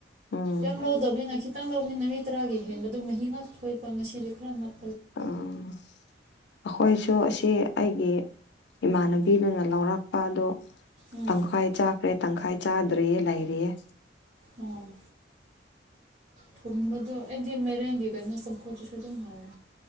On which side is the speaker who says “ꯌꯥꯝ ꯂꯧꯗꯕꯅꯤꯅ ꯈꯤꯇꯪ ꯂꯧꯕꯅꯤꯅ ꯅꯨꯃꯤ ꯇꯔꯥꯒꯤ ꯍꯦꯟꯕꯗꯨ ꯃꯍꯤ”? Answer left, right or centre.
Right